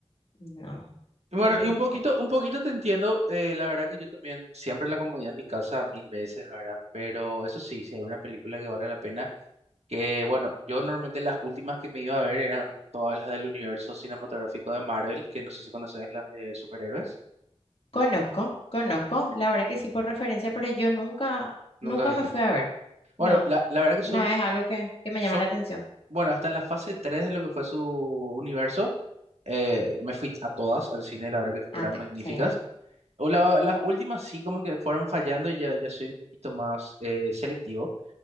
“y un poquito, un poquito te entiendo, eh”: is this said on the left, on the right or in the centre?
Right